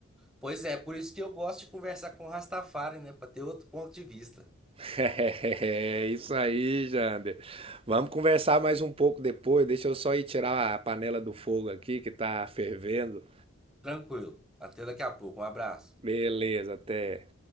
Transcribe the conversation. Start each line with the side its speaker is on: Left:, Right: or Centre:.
Centre: Pois é, por isso que eu gosto de conversar com o Rastafari, né? Para ter outro ponto de vista.
Right: <laughs> É isso aí, Jander. Vamos conversar mais um pouco depois. Deixa eu só ir tirar a panela do fogo aqui que tá fervendo.
Centre: Tranquilo. Até daqui a pouco. Um abraço.
Right: Beleza, até.